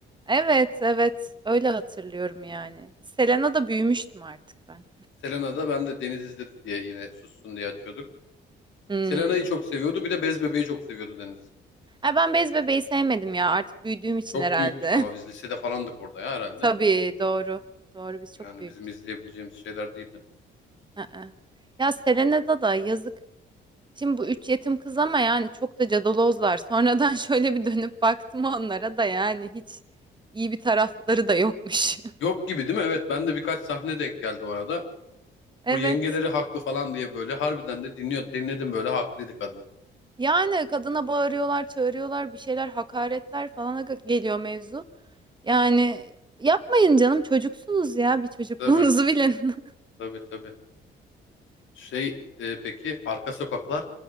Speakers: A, on the right; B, on the left.
A: Evet, evet, öyle hatırlıyorum yani. Selena'da büyümüştüm artık ben.
B: Selena'da ben de Deniz izledi diye yine sussun diye açıyorduk.
A: Hmm.
B: Selena'yı çok seviyordu. Bir de Bez Bebe'yi çok seviyordu Deniz.
A: Ay ben Bez Bebeği sevmedim ya artık büyüdüğüm için
B: Çok
A: herhalde.
B: büyüktük ama biz lisede falandık orada ya
A: <laughs>
B: herhalde.
A: Tabii doğru. Doğru biz
B: Yani
A: çok büyüktük.
B: bizim izleyebileceğimiz şeyler değildi.
A: Aa. Ya Selena'da da yazık. Şimdi bu üç yetim kız ama yani çok da cadalozlar. Sonradan <laughs> şöyle bir dönüp baktım onlara da yani hiç iyi bir tarafları da yokmuş.
B: Yok gibi değil mi? Evet ben de birkaç sahne denk geldi bu arada.
A: <laughs> Evet.
B: O yengeleri haklı falan diye böyle harbiden de dinliyor dinledim böyle haklıydı kadın.
A: Yani kadına bağırıyorlar, çağırıyorlar, bir şeyler hakaretler falana ge- geliyor mevzu. Yani yapmayın canım çocuksunuz ya bir çocukluğunuzu
B: Tabii
A: bilin.
B: tabii tabii. Şey e, peki arka sokaklar